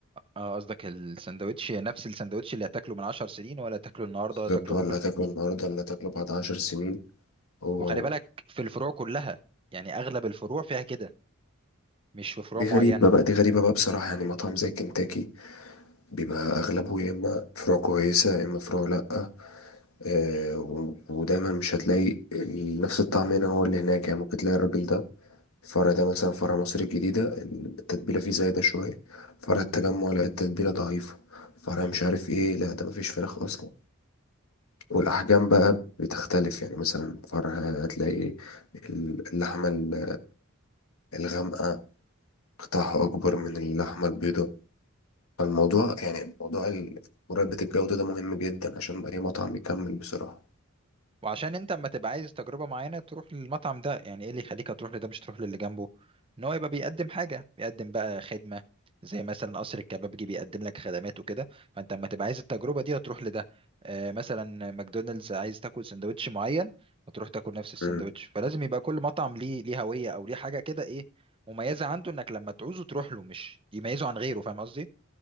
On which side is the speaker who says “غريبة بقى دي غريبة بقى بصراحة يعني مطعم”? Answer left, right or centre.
Left